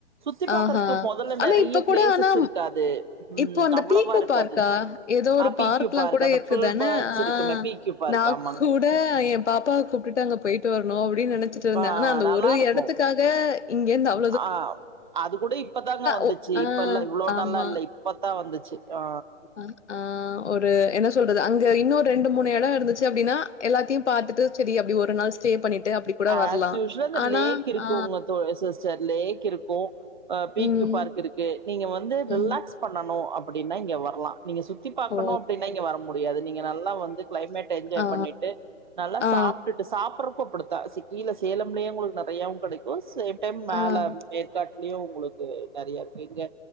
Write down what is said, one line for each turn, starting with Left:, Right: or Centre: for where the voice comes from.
Right: சுத்தி பாக்கறக்கு
Left: ஆஹா.
Right: மொதல்ல
Left: ஆனா
Right: நெறயா பிளேசஸ்
Left: கூட ஆனா
Right: இருக்காது ம்
Left: இப்ப அந்த
Right: அவ்வளவா
Left: பீக்கோ
Right: இருக்காது
Left: பார்க்கா எதோ ஒரு
Right: ஆ பி
Left: பார்க்லாம்
Right: கியூ பார்க்
Left: கூட
Right: அந்த
Left: இரு க்குதான
Right: ஃபுல் பேர்ட்ஸ்
Left: ஆ
Right: இருக்குமே பி கியூ பார்க்
Left: நா
Right: ஆமாங்க
Left: கூட ட என் பாப்பாவ கூப்ட்டுட்டு அங்க போயிட்டு வரணு அப்டின்னு நெனைச்சிட்டு இருந்த
Right: ஆ
Left: ஆனா அந்த
Right: நல்லாருக்கு
Left: ஒரு எடத்துக்கா க இங்க இருந்து அவ்
Right: ஆ அது கூட இப்பதாங்க வந்துச்சி
Left: ஒ ஆ
Right: இப்ப இல்ல இவ்ளோ
Left: ஆமா.
Right: நாள்லா இல்ல இப் பத்தா வந்துச்சி ஆ
Left: ஆ ஆ ஒரு என்ன சொல்றது அங்க இன்னோ ரெண்டு மூணு எட இருந்துச்சி அப்டின்னா எல்லாத்தையு பாத்துட்டு செரி அப்டி ஒரு நாள் ஸ்டே பண்ணிட்டு அப்டி கூட
Right: அஸ்
Left: வரலாம்.
Right: யூஸ்வல் அந்த
Left: ஆனா
Right: லேக் இருக்குங்க
Left: ஆ
Right: தோழி சிஸ்டர் லேக் இருக்கும் பி
Left: ம்,
Right: க்யூ பார்க் இருக்கு நீங்க வந்து
Left: ம்.
Right: ரிலாக்ஸ் பண்ணணு அப்டின்னா இங்க வரலா நீங்க சுத்தி பாக்கணு
Left: ஓ!
Right: அப்டின்னா இங்க வர முடியாது நீங்க நல்லா வந்து கிளைமேட் டு என்ஜாய்
Left: ஆ,
Right: பண்ணிட்டு நல்லா
Left: ஆ,
Right: சாப்டுட்டு சாப்படறப்ப அப்டி கா சி கீழ சேலம்லயே உங்களுக்கு நெறையாவு கெடைக்குங சில டைம் மேல
Left: ஆ. ஆ.
Right: ஏற்காட்லயு உங்களுக்கு நெறயா இருக்கு இங்க